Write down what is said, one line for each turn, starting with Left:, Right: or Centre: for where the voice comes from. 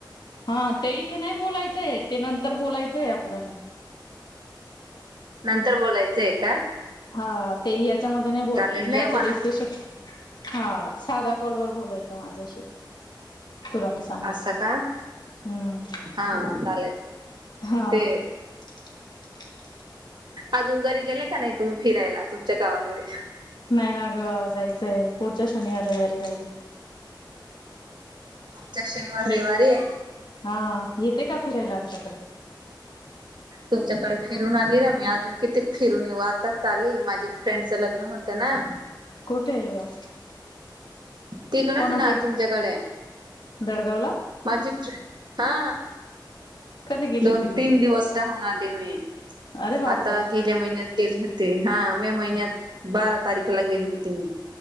Left: हा ते ते नाही बोलायचंय ते नंतर, बोलायचंय आपल्याला.
Right: नंतर बोलायचं आहे का?
Left: हा ते याच्यामध्ये नाही बोल
Right: चालेल नाही
Left: याच
Right: मला
Left: डिस्कशन. हा साध्या कॉलवर बोलायचं, माझ्याशी तुला मी सांग. सांगेल
Right: असं का
Left: हम्
Right: हा चालेल
Left: हा.
Right: ते
Left: <inaudible>
Right: अजून घरी गेले का नाही तुम्ही, फिरायला तुमच्या गावाकडे.
Left: नाही ना ग जायचंय पुढच्या, शनिवार रविवारी जाईल.
Right: ह्या शनिवार रविवारी.
Left: ये हा येते का फिरायला आमच्याकडे.
Right: तुमच्याकडे फिरून आली ना मी अजून किती, फिरून ये वातात आली माझी फ्रेंडचं लग्न होतं ना.
Left: कोठे आहे ग.
Right: तिकडेच
Left: कोणाकडे
Right: ना तुमच्याकडे.
Left: दडगावला
Right: माझी हा
Left: कधी गेली
Right: दोन
Left: होती तू
Right: तीन दिवस राहून आली मी
Left: अरे बापरे
Right: आता गेल्या महिन्यात गेले होते हा मे महिन्यात बारा तारीखला गेली होती मी